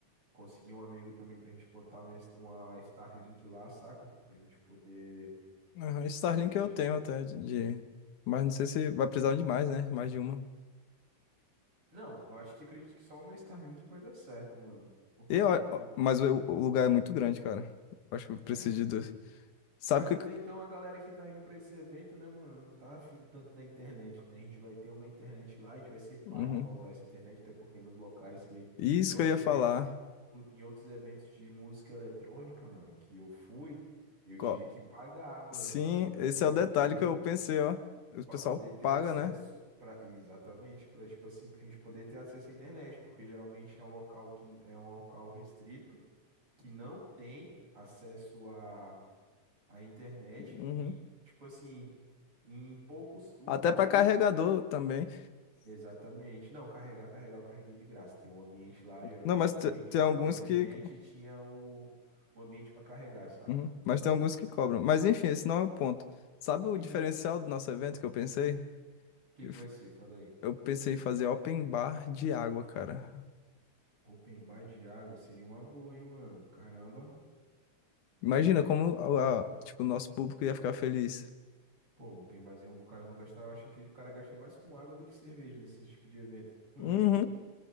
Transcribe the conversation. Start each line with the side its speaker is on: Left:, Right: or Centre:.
Right: Consegui um amigo também pra gente botar uma Sta- uma Starlink lá, saca? Pra gente poder.
Left: Aham, Starlink
Right: Pra gente.
Left: eu tenho até de, de- mas não sei se vai precisar de mais, né? Mais de uma.
Right: Não, eu acho que acredito que só uma Starlink vai dar certo, mano. Por causa
Left: E, ó,
Right: que.
Left: ó, mas o, o lugar é muito grande, cara. Acho que eu preciso
Right: É, mano.
Left: de dois. Sabe
Right: Mas até
Left: que
Right: então a galera que tá indo pra esse evento, né, mano, não tá afim tanto da internet, né? A gente vai ter uma internet lá, a gente vai ser paga
Left: Uhum.
Right: pra usar essa internet, até porque nos locais que
Left: Isso
Right: em outros
Left: que eu ia
Right: eventos,
Left: falar.
Right: em outros eventos de música eletrônica, mano, que eu fui, eu
Left: Co-
Right: tive que pagar, mano,
Left: Sim,
Right: pra poder
Left: esse é o detalhe
Right: ter
Left: que eu pensei, ó. O
Right: para
Left: pessoal
Right: poder ter
Left: paga,
Right: acesso
Left: né?
Right: para exatamente, para tipo assim, pra gente poder ter acesso à internet, porque geralmente é um local que é um local restrito que não tem acesso a a internet
Left: Uhum.
Right: em, tipo assim, em poucos lugares.
Left: Até pra carregador também.
Right: Exatamente. Não, carregar, carregar, eu carreguei de graça. Tem um ambiente lá, geralmente
Left: Não, mas
Right: é
Left: te-
Right: onde a gente
Left: tem
Right: usava
Left: alguns
Right: a internet
Left: que.
Right: e tinha o, o ambiente para carregar, saca?
Left: Uhum. Mas tem alguns que cobram. Mas enfim, esse não é o ponto. Sabe o
Right: Uhum.
Left: diferencial
Right: O
Left: do nosso evento que eu pensei?
Right: que
Left: Eu
Right: que
Left: f-
Right: vai ser? Fala aí.
Left: eu pensei em fazer open bar de água, cara.
Right: Open bar de água seria uma boa, hein, mano? Caramba.
Left: Imagina como a, a- tipo, o nosso público ia ficar feliz.
Right: Pô, open barzinho, o cara não gastava. Eu achei que o cara gasta mais com água do que cerveja nesse tipo de evento. Hum.
Left: Uhum.